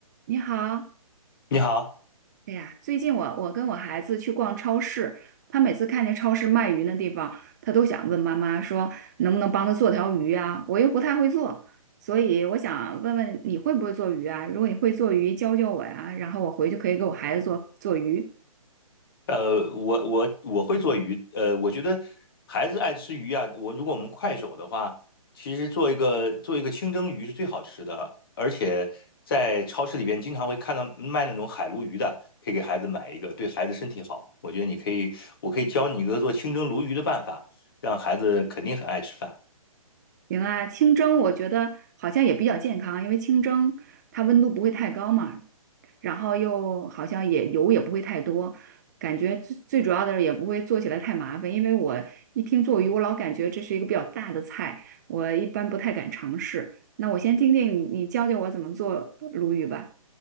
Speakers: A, on the right (about 30°); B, on the left (about 40°).
A: 你好，
B: 你好，
A: 哎呀，最近我我跟我孩子去逛超市，他每次看见超市卖鱼那地方，他都想问妈妈说能不能帮他做条鱼啊？我又不太会做，所以我想问问你会不会做鱼啊？如果你会做鱼，教教我呀，然后我回去可以给我孩子做做鱼。
B: 呃，我我我会做鱼，呃，我觉得孩子爱吃鱼啊，我如果我们快手的话，其实做一个做一个清蒸鱼是最好吃的，而且在超市里边经常会看到卖那种海鲈鱼的，可以给孩子买一个，对孩子身体好。我觉得你可以，我可以教你一个做清蒸鲈鱼的办法，让孩子肯定很爱吃饭。
A: 行啊，清蒸我觉得好像也比较健康，因为清蒸它温度不会太高嘛，然后又好像也油也不会太多，感觉最最主要的是也不会做起来太麻烦，因为我一听做鱼，我老感觉这是一个比较大的菜，我一般不太敢尝试。那我先听听你，你教教我怎么做鲈鱼吧。